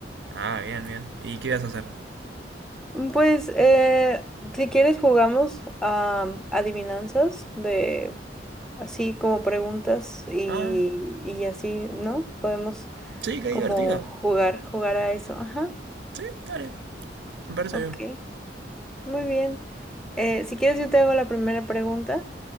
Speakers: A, on the right; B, in the centre.
A: Ah, bien, bien. ¿Y qué ibas a hacer?
B: Mm, Pues, eh, si quieres, jugamos a adivinanzas de así como preguntas y,
A: Ah,
B: y así, ¿no? Podemos
A: sí, qué
B: como
A: divertido.
B: jugar, jugar a eso. Ajá,
A: Sí, dale. Me parece
B: ok,
A: bien.
B: muy bien. Eh, si quieres, yo te hago la primera pregunta.